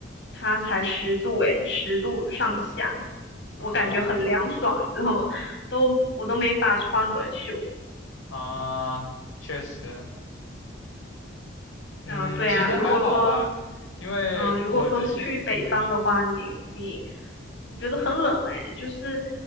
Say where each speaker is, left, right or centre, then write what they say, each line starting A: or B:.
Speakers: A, on the left; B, on the left.
A: 它才十度诶，十度上下，
B: 啊
A: 我感觉很凉爽，你知道吗？都我都没法穿短袖。
B: <laughs> 啊，确实。嗯，
A: 啊、对啊，
B: 其实还好吧，
A: 如果说
B: 因为我之前，
A: 嗯，呃如果说是去北方的话，
B: 嗯，
A: 你你，我觉得很冷哎，就是